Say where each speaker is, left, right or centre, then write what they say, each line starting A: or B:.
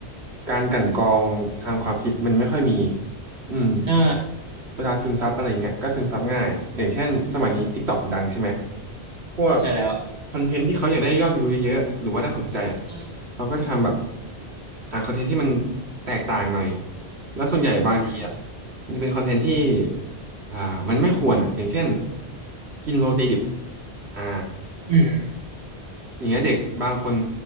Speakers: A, on the right; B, on the right.
A: การกลั่นกรองทางความคิดมันไม่ค่อยมีอืม
B: ใช่
A: เวลาซึมซับอะไรเงี้ยก็ซึมซับง่ายอย่างเช่นสมัยนี้ TikTok ดังใช่ไหมพวก
B: ใช่แล้ว
A: คอนเทนต์ที่เขาอยากได้ยอดวิวเยอะๆหรือว่าได้ความสนใจอ่ะ
B: ใช่
A: เขาก็จะทำแบบหาคอนเทนต์ที่มันแตกต่างหน่อยแล้วส่วนใหญ่บางทีอ่ะ
B: อืม
A: มันจะเป็นคอนเทนต์ที่อ่ามันไม่ควรอ่ะอย่างเช่นกินโรตีดิบอ่า
B: อืมอืม
A: อย่างเงี้ยเด็กบางคน